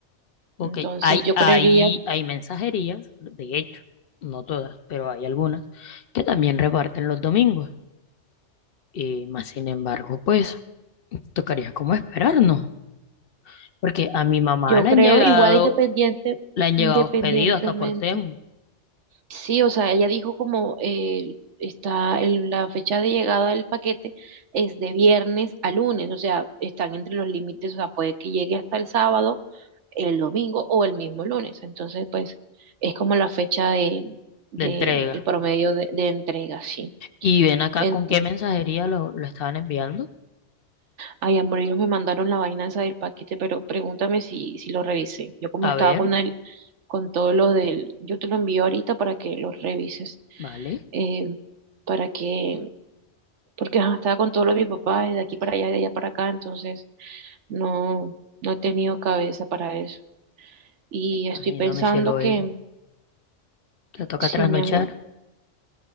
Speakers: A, on the left; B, on the right.
A: Ok,
B: Entonces
A: hay,
B: yo
A: hay,
B: creería,
A: hay mensajerías, de hecho, no todas, pero hay algunas que también reparten los domingos. Eh, más sin embargo, pues tocaría como esperarnos, porque a mi mamá
B: yo
A: le
B: creo
A: han llegado,
B: igual independiente,
A: le han
B: independientemente
A: llegado pedidos hasta por Temu
B: Sí, o sea, ella dijo como eh, está el- la fecha de llegada del paquete es de viernes a lunes, o sea, están entre los límites, o sea, puede que llegue hasta el sábado, el domingo o el mismo lunes. Entonces, pues, es como la fecha de, de
A: de entrega.
B: el promedio de, de entrega, sí.
A: Y ven acá
B: Entonces,
A: con qué mensajería lo, lo estaban enviando.
B: ay, amor, ellos me mandaron la vaina esa del paquete, pero pregúntame si, si lo revisé. Yo como
A: A
B: estaba
A: ver,
B: con el, con todo lo del, yo te lo envío ahorita para que lo revises.
A: vale,
B: Eh, para que porque ajá, estaba con todo lo de mi papá, y de aquí para allá, de allá para acá, entonces no, no he tenido cabeza para eso. Y estoy
A: imagino
B: pensando
A: mi cielo bello.
B: que,
A: Te toca
B: sí,
A: trasnochar,
B: mi amor,